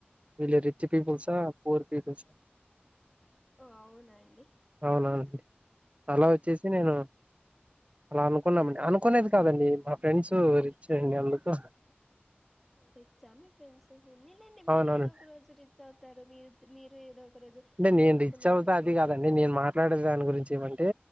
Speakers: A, on the right; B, in the centre.
A: వీళ్ళు రిచ్ పీపుల్సా పూర్ పీపుల్సా
B: ఆవునండి
A: అవునవునండి అలా వచ్చేసి నేను అలా అనుకున్నామండి అనుకునేది కాదండి మా ఫ్రెండ్స్ రిచ్చండి అందుకు
B: రిచ్చా మీ ఫ్రెండ్స్ మీరు
A: అవునవును
B: ఏదో ఒక రోజు రిచ్ అవుతారు మీ మీరు ఏదో <unintelligible>
A: అంటే నేన్
B: మీరు అనుకున్నవన్నీ
A: రిచ్ అవుతేా
B: కొనుక్కుంటారు
A: అది కాదండి నేన్ మాట్లాడే దాని గురించి ఏమంటే